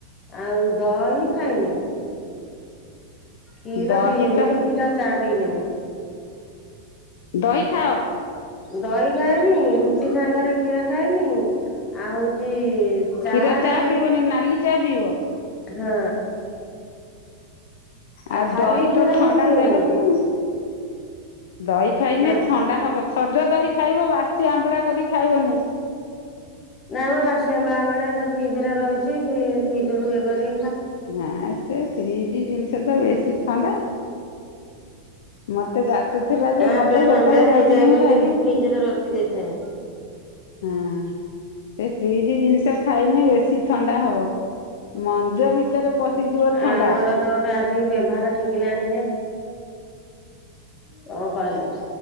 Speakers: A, on the left (about 30°); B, on the left (about 55°).
A: ଆଉ ଦହି ଖାଇମି। କ୍ଷୀର
B: ଦହି
A: ପିଇମି
B: ତ
A: ନାଇଁ କ୍ଷୀର ଚା ପିବିନି।
B: ଦହି ଖାଅ।
A: ଦହି ଖାଇନି ରୁଟି ସାଙ୍ଗରେ କ୍ଷୀର ଖାଇନି। ଆଉ ହଉଛି ଚାହାରେ।
B: କ୍ଷୀର ଚା ପିଇବନି ନାଲି ଚା ପିଇବ
A: ହଁ।
B: ଆଉ
A: ଖାଲି
B: ଦହି
A: କ୍ଷୀର
B: ତ ଥଣ୍ଡା
A: ମୁଁ ପିଇମିନି
B: ଦେହକୁ। ଦହି ଖାଇନି
A: ନା।
B: ଥଣ୍ଡା ହବ ସଜ ଦହି ଖାଇବ ବା। ବେସି ଆମ୍ବିଳା କରିକି ଖାଇବନି।
A: ନା ବା ବାସି ଆବିଳା କଣ ଏ ଫ୍ରିଜ ରେ ରହିଛି ଫ୍ରିଜ ରୁ ଇଏ କରି
B: ହଁ ସେ ଫ୍ରିଜ୍। ଫ୍ରିଜ ଜିନିଷ ତ ବେଶୀ ଥଣ୍ଡା। ମତେ ଯାଚୁଥିଲା ଯେ
A: ଆମ୍ବିଳା
B: ମତେ ଯେତେବେଳେ
A: ମାମ୍ବିଳା ହେଇଯାଏ
B: ଯାଚି ମୁ
A: ବୋଲିକି
B: ଖାଇନି
A: ଫ୍ରିଜରେ ରଖି ଦେଇଥାଏ।
B: ହ ସେ ଫ୍ରିଜ ଜିନିଷ ଖାଇନି ବେଶୀ ଥଣ୍ଡା ହବ। ମଞ୍ଜ ଭିତରେ ପଶିଯିବ ଥଣ୍ଡା।
A: ଆ ଆମର ତ ଗୋଟେ ଆସିକି ବ୍ୟବହାର ଠିକିଲାଣି ଯେ। କଣ କରିବୁ?